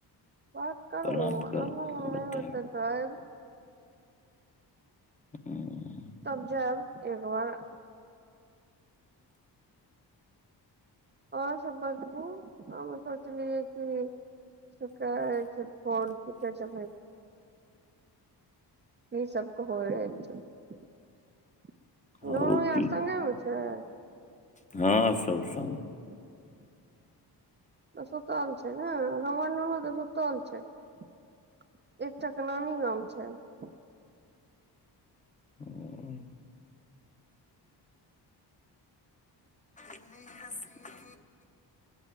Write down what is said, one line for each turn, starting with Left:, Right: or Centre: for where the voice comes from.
Right: बात करू
Left: प्लान
Right: आ
Left: कर
Right: होत
Left: बतायब
Right: तो आऊ
Left: हूंअ् <inaudible>
Right: तब जायब एकबार आओर सब बतबू हम सोचलिय कि सुक छै फोन <unintelligible> च्छा य सबक हो रहे <unintelligible> नूनू
Left: हौ
Right: यारसङ्गेम
Left: की
Right: छै <unintelligible>
Left: हँ सब संगे
Right: <inaudible> तऽ सुतल छैक नहि हमर नुनू तऽ सुतल छैक एकटा केँ नानी गाममे छैक
Left: ह <inaudible> इतनी कसीन <inaudible>